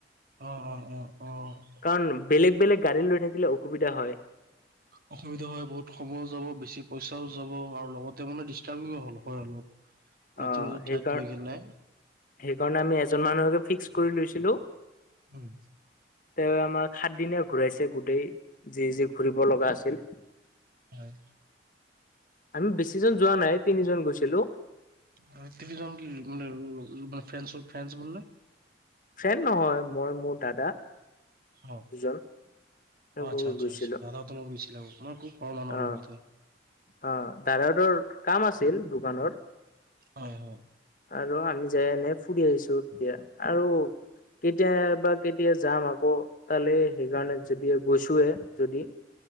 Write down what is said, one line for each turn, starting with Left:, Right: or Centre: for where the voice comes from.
Right: অ', অ', অ', অ'।
Left: কাৰণ বেলেগ বেলেগ গাড়ী লৈ থাকিলে অসুবিধা হয়।
Right: অসুবিধা হয় বহুত সময়ো যাব বেছি পইচাও যাব আৰু লগতে মানে ডিষ্টাৰ্বিং হ'ল হয় অলপ।
Left: অ
Right: নতুন নতুন
Left: সেইকাৰ
Right: ঠাইত গৈ কেনে।
Left: সেইকাৰণে আমি এজন মানুহকে ফিক্স কৰি লৈছিলো।
Right: উম।
Left: তেওঁৱে আমাৰ সাত দিনীয়া ঘূৰাইছে গোটেই যি যি ঘূৰিব লগা আছিল।
Right: হয়।
Left: আমি বেছিজন যোৱা নাই তিনিজন গৈছিলো।
Right: আৰু তিনিজন কি মানে <unintelligible> ফ্ৰেন্স ফ্ৰেন্স <unintelligible>
Left: ফ্ৰেণ্ড নহয় মই মোৰ দাদা।
Right: অ',
Left: দুজন তেওঁলোকৰ
Right: আচ্ছা আচ্ছা
Left: গৈছিলো
Right: আচ্ছা দাদাহঁতৰ লগত গৈছিলা। মই আকৌ ঘৰৰ মানুহৰ
Left: অ
Right: লগতহে।
Left: অ', দাদাহতঁৰ কাম আছিল দোকানত।
Right: অ', হ।
Left: আৰু আমি যায় এনে ফুৰি আহিছো তেতিয়া আৰু কেতিয়া বা কেতিয়া যাম আকৌ। তালে সেইকাৰণে যদি গৈছোৱে যদি।